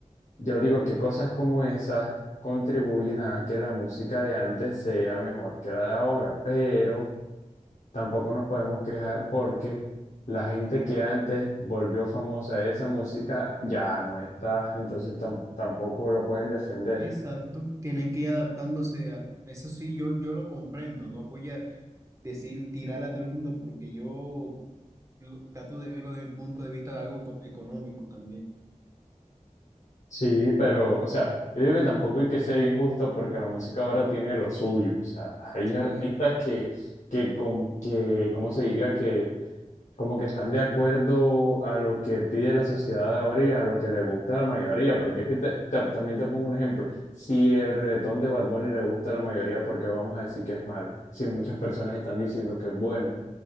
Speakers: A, on the left; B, on the right.
A: Yo digo que cosas como esas contribuyen a que la música de antes sea mejor que la de ahora, pero tampoco nos podemos quejar porque la gente que antes volvió famosa de esa música ya no está, entonces tam- tampoco lo pueden defender.
B: Exacto, tienen que ir adaptándose al... Eso sí, yo, yo lo comprendo, no voy a decir tirarle a todo el mundo porque yo lo- trato de verlo desde un punto de vista de algo eco- económico también,
A: Sí, pero, o sea, yo digo que tampoco hay que ser injusto porque la música ahora tiene lo suyo, o sea, hay
B: Sí.
A: artistas que, que, con, que, ¿cómo se diría? como que están de acuerdo a lo que pide la sociedad de ahora y a lo que le gusta a la mayoría, porque es que te- te- también te pongo un ejemplo, si el reggaetón de Bad Bunny le gusta a la mayoría, ¿por qué vamos a decir que es malo? Si muchas personas están diciendo que es bueno,